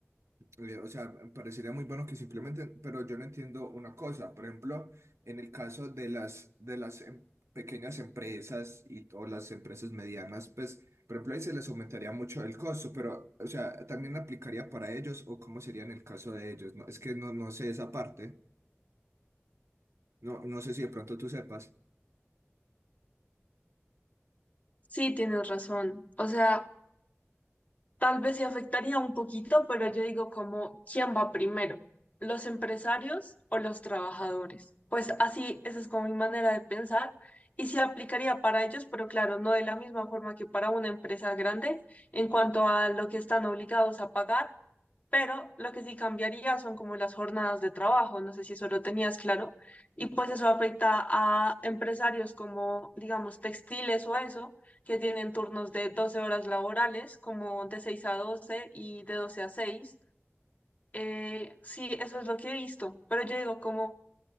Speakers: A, on the right; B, on the left.
A: eh, O sea, parecería muy bueno que simplemente, pero yo no entiendo una cosa. Por ejemplo, en el caso de las, de las em- pequeñas empresas y, o las empresas medianas, pues, por ejemplo, ahí se les aumentaría mucho el costo, pero, o sea, también aplicaría para ellos o cómo sería en el caso de ellos. No, es que no, no sé esa parte. No, no sé si de pronto tú sepas.
B: Sí, tienes razón. O sea, Tal vez sí afectaría un poquito, pero yo digo como, ¿quién va primero? ¿Los empresarios o los trabajadores? Pues así, esa es como mi manera de pensar y sí aplicaría para ellos, pero claro, no de la misma forma que para una empresa grande en cuanto a lo que están obligados a pagar pero lo que sí cambiaría son como las jornadas de trabajo, no sé si eso lo tenías claro, y pues eso afecta a empresarios como, digamos, textiles o eso, que tienen turnos de 12 horas laborales, como de 6 a 12 y de 12 a seis Eh, sí, eso es lo que he visto, pero yo digo como,